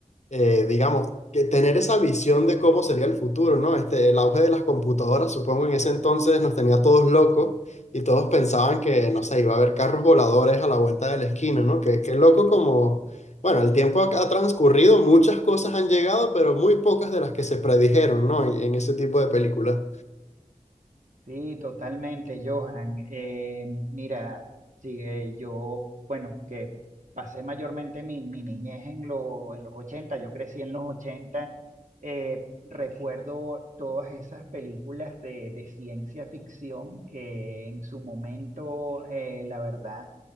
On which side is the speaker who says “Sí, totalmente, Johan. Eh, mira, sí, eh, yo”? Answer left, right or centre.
Right